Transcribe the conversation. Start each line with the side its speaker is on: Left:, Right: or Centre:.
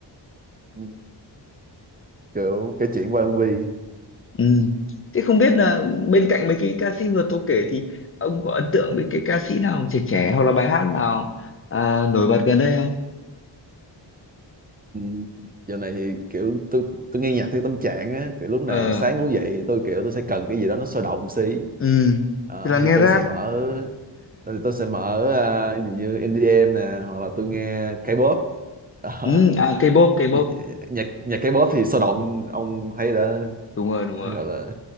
Right: Ừ. kiểu cái chuyện quan vi
Left: Ừ. Thế không biết là bên cạnh mấy cái ca sĩ vừa tôi kể thì ông có ấn tượng với cái ca sĩ nào trẻ trẻ hoặc là bài hát nào à, nổi bật gần đây không?
Right: ừ. giờ này thì kiểu tôi tôi nghe nhạc theo tâm trạng á kiểu lúc nào
Left: Ờ.
Right: sáng ngủ dậy thì tôi kiểu tôi sẽ cần cái gì đó nó sôi động xí
Left: Ừ.
Right: Ờ,
Left: thì là nghe
Right: thì tôi
Left: rap
Right: sẽ mở ờ, thì tôi sẽ mở à, ví dụ như EDM nè hoặc là tôi nghe K-pop Đó.
Left: Ừ. À K-pop, K-pop.
Right: Nhạc, nhạc nhạc K-pop thì sôi động ông thấy đã
Left: Đúng rồi, đúng
Right: hay
Left: rồi.
Right: gọi là